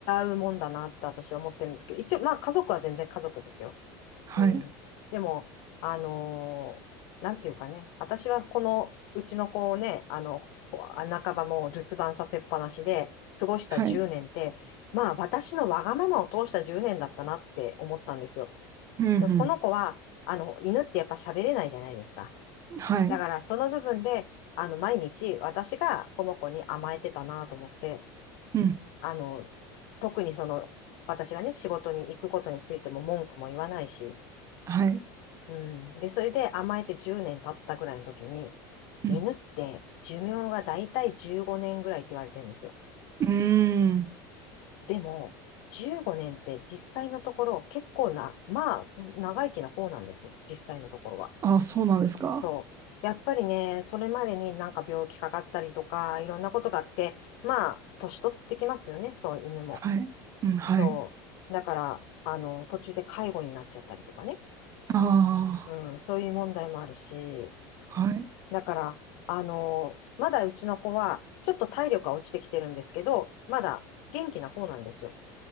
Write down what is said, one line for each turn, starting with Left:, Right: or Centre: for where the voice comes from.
Left: 違うもんだなって私は思ってるんですけど、一応、まあ家族は全然家族ですよ。
Right: はい、
Left: うん。でも、あのーなんていうかね、私はこの、うちの子をね、あの、ほ半ばもう留守番させっぱなしで過ごした10年って、
Right: はい、
Left: まあ私のわがままを通した10年だったなって思ったんですよ。
Right: うん、
Left: この子は、あの、犬ってやっぱ喋れないじゃないですか。
Right: うん。はい、
Left: だからその部分で、あの、毎日私がこの子に甘えてたなと思って、
Right: うん。
Left: あの、特にその、私がね、仕事に行くことについても文句も言わないし、
Right: はい。
Left: うん。で、それで甘えて10年経ったぐらいの時に、
Right: うん。
Left: 犬って寿命がだいたい15年ぐらいって言われてるんですよ。
Right: うーん。
Left: でも、15年って実際のところ結構な、まあ、長生きな方なんですよ。実際のところは。
Right: あ、そうなんですか。
Left: そう。やっぱりね、それまでになんか病気かかったりとか、いろんなことがあって、まあ、年取ってきますよね。そう、犬も。
Right: はい。うん。はい。
Left: そう。だから、あの、途中で介護になっちゃったりとかね。
Right: あ
Left: うん、そういう問題もあるし、
Right: あ、はい。
Left: だから、あの、まだうちの子は、ちょっと体力が落ちてきてるんですけど、まだ元気な方なんですよ。